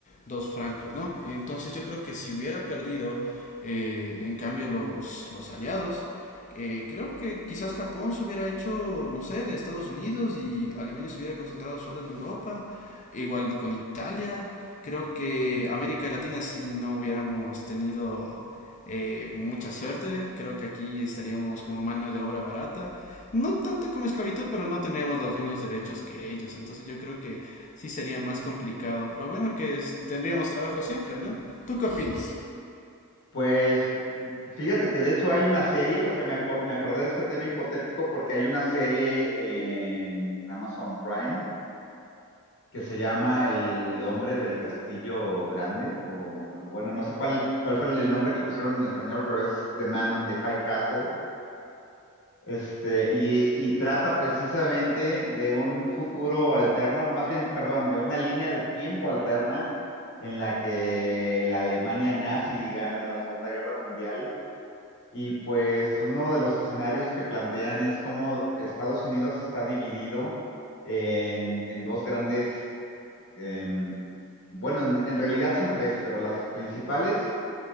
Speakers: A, on the left; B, on the left.
A: dos francos, ¿no? Entonces yo creo que si hubiera perdido, eh, en cambio, los, los aliados, eh, creo que quizás Japón se hubiera hecho, no sé, de Estados Unidos y Alemania se hubiera concentrado solo en Europa, igual con Italia, Creo que América Latina si no hubiéramos tenido eh, mucha suerte, creo que aquí estaríamos como mano de obra barata. No tanto como esclavitud, pero no tendríamos los mismos derechos que ellos. Entonces yo creo que sí sería más complicado. Lo bueno que es- tendríamos trabajo siempre, ¿no? ¿Tú qué opinas?
B: Pues fíjate que de hecho hay una serie, o sea, me, aco- me acordé de este tema hipotético porque hay una serie en Amazon Prime que se llama El hombre del castillo grande, o no- bueno, no sé cuál, cuál fue el nombre que le pusieron en español, pero es The Man on the High Castle. Este, y, y trata precisamente de un futuro alterno, más bien, perdón, de una línea de tiempo alterna en la que la Alemania nazi gana la Segunda Guerra Mundial. Y pues uno de los escenarios que plantean es cómo Estados Unidos está dividido en, en dos grandes em, bueno, en, en realidad son tres, pero las principales